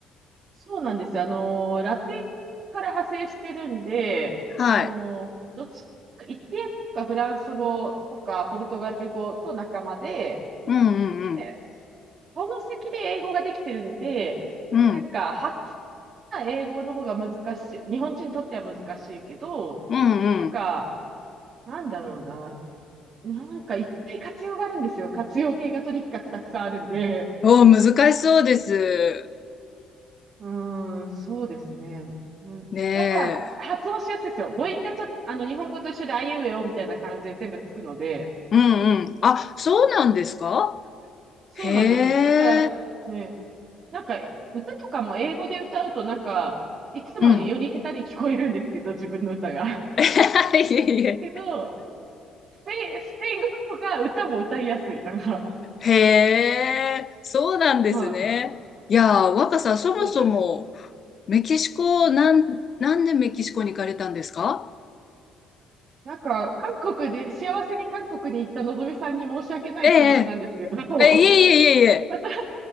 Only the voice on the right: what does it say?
そうなんですあのーラテから派生してるんで、
あのーどっちイタリアかフランス語とかポルトガル語と仲間で、
でその席で英語ができてるんで、
なんか、
初な英語の方が難しい。日本人にとっては難しいけど、
なんか、なんだろうな。なんか、いっぱい活用があるんですよ。活用形がとにかくたくさんあるんで。
うーん、そうですね。うんただ、
発音しやすいですよ。母音がちょっと、あの、日本語と一緒で、あいうえおみたいな感じで全部つくので、
そうなんです。
だからね、なんか、え歌とかも英語で歌うと、なんか、いつもよりより下手に聞こえるんですけど、
自分の歌が。<laughs>
けど、スペイン、スペイン語とか歌も歌いやすい。なんか、
はい。
そうです、
そうです。
なんか、韓国で、幸せに韓国に行ったのぞみさんに申し訳ない気持ちなんですけど、
<laughs>
私